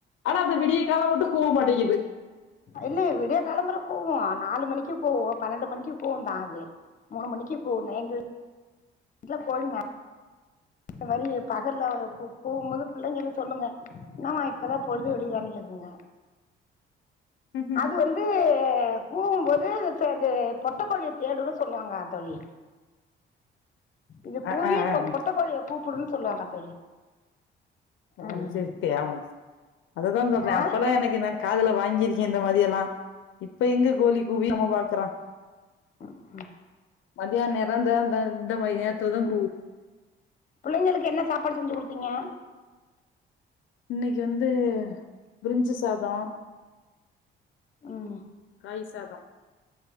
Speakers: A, on the left; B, on the left.
A: ஆனா அந்த விடிய கால்லே மட்டு கூக மாட்டேங் இது
B: இல்ல விடியா காலம்பர கூவு ஆ நாலு மணிக்கு கூவு பன்னெண்டு மணிக்கு கூவுந்தா அது மூணு மணிக்கு கூவுந்தே எங்களு இதுல கோழிங்க வரி பகல்ல ஒரு கூ கூவும்போது பிள்ளைங்களு சொல்லுங்க என்னாவ இப்பதா பொழுது விடியுதானு கேக்குங்க
A: ம் ம்
B: அது வந்து த கூவுபோது சே அது பொட்டக்கோழியே தேடுன் சொல்லுவாங்க தோழி இது
A: ஆ
B: கூவி
A: ஆ ஆஹ
B: பொட்டக்கோழிய கூப்புடுன்னு சொல்லுவாங்க தோழி ம்
A: அதுசெரி தேவாங்ஸ் அதுதா சொல்றே
B: ஆ
A: அப்பெல்லா எனக்கு என்ன காதுல வாங்கியிருக்கே இந்த மாரி எல்லா இப்ப எங்க கோழி கூவி நம்ம பாக்குறோ
B: ம் ஹ்ம்
A: மதியான் நேரோ இந்த இந்ந இந்த மாரி நேரத்லதா <unintelligible>
B: புள்ளைங்களுக்கு என்ன சாப்பாடு செஞ்சு குடுத்தீங்க
A: இன்னக்கி வந்து ப்ரிஞ்சு சாதோ
B: ம்
A: காய் சாதொ